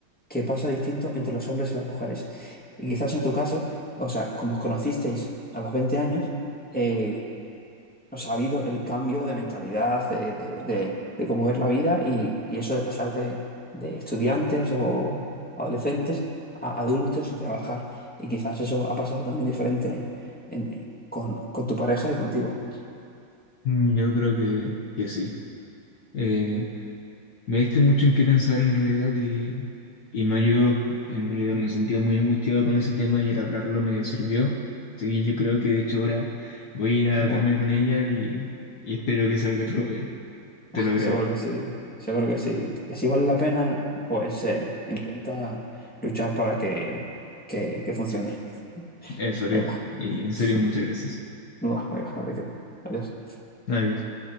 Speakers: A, in the centre; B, on the left (about 60°).
A: que pasa distinto entre los hombres y las mujeres. Y quizás en tu caso, o sea, como os conocisteis a los 20 años, eh, o sea, ha habido el cambio de mentalidad, de, de- de- de cómo ver la vida y, y eso de pasar de, de estudiantes o adolescentes a adultos y trabajar. Y quizás eso ha pasado también diferente en- con, con tu pareja y contigo.
B: Mm, yo creo que, que sí. Eh, Me diste mucho en qué pensar en realidad y, y me ayudó. En realidad me sentía muy angustiado con ese tema y el hablarlo me sirvió. Así que yo creo que de hecho ahora voy a ir a
A: Bueno,
B: verme con ella y, y espero que salga todo bien.
A: <laughs>
B: Te
A: ah,
B: lo agradezco.
A: seguro que sí, seguro que sí. Que si vale la pena, pues eh, intenta luchar para que, que, que funcione.
B: Eso haré.
A: Venga,
B: Y en
A: <laughs>
B: serio, muchas gracias.
A: no, venga, no te quedes. Adiós.
B: Adiós.